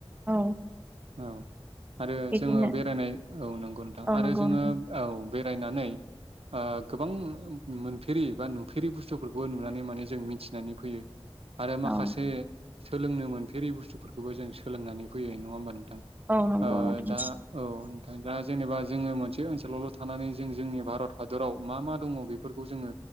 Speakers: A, on the right (about 20°); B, on the right (about 85°).
A: औ।
B: औ आरो
A: बिदिनो
B: जोङो बेरायनाय औ नंगौ नोंथां
A: औ
B: आरो
A: नंगौ
B: जोङो
A: नोंथां
B: औ बेरायनानै। ओ गोबां मोनफेरि बा नुफेरि बुस्थुफोरखौ नुनानै माने जों मिथिनानै फैयो। आरो माखासे
A: औ
B: सोलोंनो मोनफेरि बुस्थुफोरखौबो जों सोलोंनानै फैयो नङा होमबानों। थां
A: औ नंगौ
B: ओ
A: नोंथां
B: दा औ। दा जेनेबा जोङो मोनसे ओनसोलावल' थानानै जों जोंनि भारत। हादराव मा मा दङ बेफोरखौ जोङो